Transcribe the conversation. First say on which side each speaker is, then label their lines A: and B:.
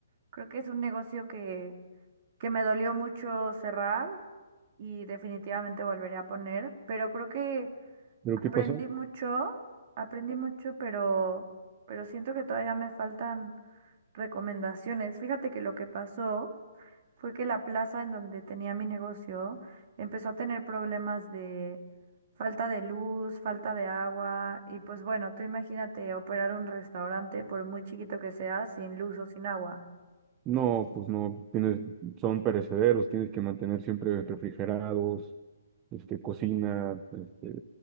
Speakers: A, on the right; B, on the right.
A: creo que es un negocio que, que me dolió mucho cerrar y definitivamente volvería a poner, pero creo que
B: ¿Pero
A: Aprendí
B: qué pasó?
A: mucho, aprendí mucho, pero, pero siento que todavía me faltan recomendaciones. Fíjate que lo que pasó fue que la plaza en donde tenía mi negocio empezó a tener problemas de falta de luz, falta de agua y pues bueno, tú imagínate operar un restaurante por muy chiquito que sea sin luz o sin agua.
B: No, pues no, tienes, son perecederos, tienes que mantener siempre refrigerados, este, cocina, este,